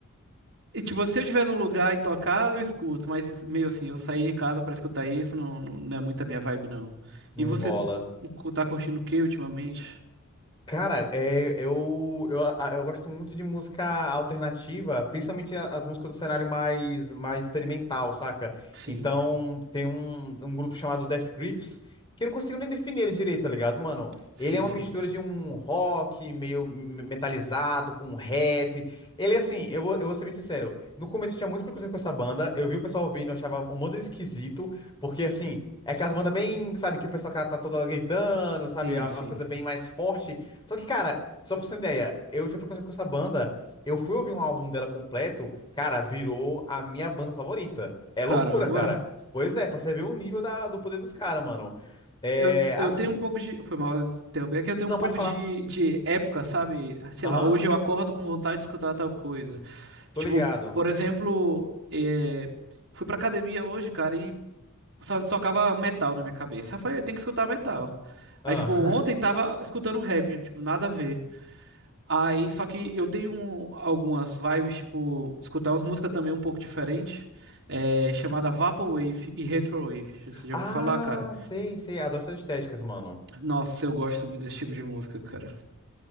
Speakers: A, on the right; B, on the left.
A: E tipo, se eu estiver num lugar e tocar, eu escuto, mas meio assim, eu sair de casa pra escutar isso não, não, não é muito a minha vibe, não.
B: não
A: E você
B: rola.
A: cu- tá curtindo o que ultimamente?
B: Cara, é, eu, eu, a- eu gosto muito de música alternativa, principalmente a- as músicas do cenário mais, mais experimental, saca?
A: Sim,
B: Então, tem um, um grupo chamado Death Grips, que eu não consigo nem definir ele direito, tá ligado, mano?
A: sim,
B: Ele é uma
A: sim.
B: mistura de um rock meio me- metalizado com um rap. Ele, é assim, eu vou, eu vou ser bem sincero, no começo eu tinha muito preconceito com essa banda, eu vi o pessoal ouvindo, eu achava um modo esquisito, porque, assim, é aquelas bandas bem, sabe, que o pessoal, cara, tá todo gritando, sabe,
A: Sim,
B: é
A: sim.
B: uma coisa bem mais forte. Só que, cara, só pra você ter uma ideia, eu tinha preconceito com essa banda. Eu fui ouvir um álbum dela completo, cara, virou a minha banda favorita. É
A: Caramba.
B: loucura, cara. Pois é, pra você ver o nível da, do poder dos caras, mano. É,
A: Eu, eu
B: assim.
A: tenho um pouco de. Foi mal interromper. É que eu tenho
B: Não,
A: um pouco
B: pode falar.
A: de, de época, sabe? Sei
B: Aham,
A: lá, hoje eu acordo com vontade de escutar tal coisa.
B: tô
A: Tipo,
B: ligado.
A: por exemplo, eh, fui pra academia hoje, cara, e só tocava metal na minha cabeça. Eu falei, eu tenho que escutar metal.
B: Ah.
A: Aí, tipo, ontem
B: <laughs>
A: tava escutando rap, tipo, nada a ver. Aí, só que eu tenho um, algumas vibes, tipo, escutar umas músicas também um pouco diferente, eh, chamada Vaporwave e Retrowave. Você já
B: Ah,
A: ouviu falar, cara?
B: sei, sei. Adoro essas estéticas, mano.
A: Nossa, eu gosto muito desse tipo de música, cara.